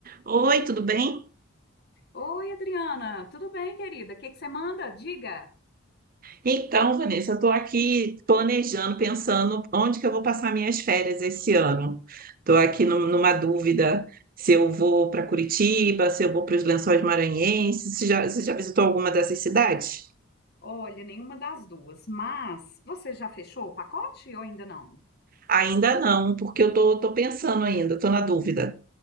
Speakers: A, on the right; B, on the left.
A: Oi, tudo bem?
B: Oi, Adriana, tudo bem, querida? O que que você manda? Diga.
A: Então, Vanessa, eu estou aqui planejando, pensando onde que eu vou passar minhas férias esse ano. Estou aqui num- numa dúvida se eu vou para Curitiba, se eu vou para os Lençóis Maranhenses. Você já, você já visitou alguma dessas cidades?
B: Olha, nenhuma das duas, mas você já fechou o pacote ou ainda não?
A: Ainda não, porque eu estou tô, tô pensando ainda, estou na dúvida.